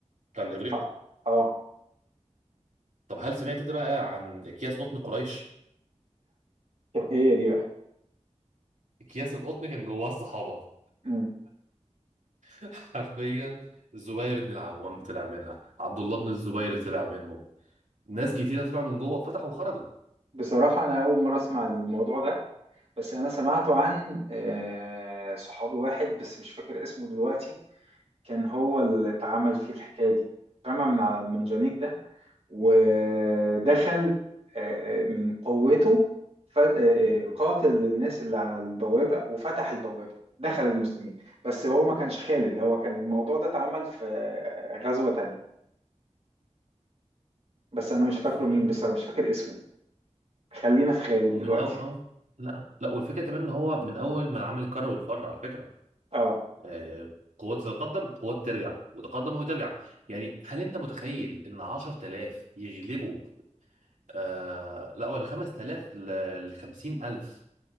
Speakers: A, on the right (about 85°); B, on the right (about 55°).
A: بتاع الاغريق
B: اه اه
A: طب هل سمعت انت بقى عن اكياس قطن قريش؟
B: كانت هي دي بقى
A: اكياس القطن كان جواه الصحابه
B: مم.
A: <laughs> حرفيا الزبير بن العوام طلع منها عبد الله بن الزبير طلع منهم ناس كتيره طلعوا من جوه فتحوا وخرجوا
B: بصراحة أنا أول مرة أسمع الموضوع ده بس أنا سمعته عن آه، صحابي واحد بس مش فاكر اسمه دلوقتي كان هو اللي اتعمل فيه الحكاية دي اترمى من على المنجنيك ده ودخل آه، آه، من قوته ف- آه، آه،
A: مم.
B: قاتل الناس اللي على البوابة وفتح البوابة دخل المسلمين بس هو ما كانش خالد هو كان الموضوع ده اتعمل في آه، غزوة تانية بس
A: لا
B: أنا
A: حرفيا
B: مش فاكره مين بصراحة مش فاكر اسمه خلينا في خالد
A: ومن
B: دلوقتي
A: أول اه لا لا والفكره كمان ان هو من اول ما العمل الكر والفر على فكره
B: اه
A: آه قوات تتقدم قوات ترجع وتقدم وترجع يعني هل انت متخيل ان 10000 يغلبوا آه لا ولا 5000 ل 50000